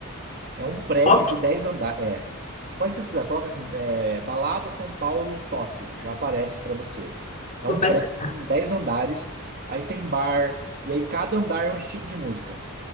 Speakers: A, on the right (about 45°); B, on the left (about 35°).
A: É um prédio
B: Ok,
A: de 10 andares. É. Você pode pesquisar, coloca assim, é, Balada São Paulo, Tóquio, já aparece para você. É
B: vou
A: um
B: pesquisar.
A: prédio com 10 andares, aí tem bar, e aí cada andar é um estilo de música.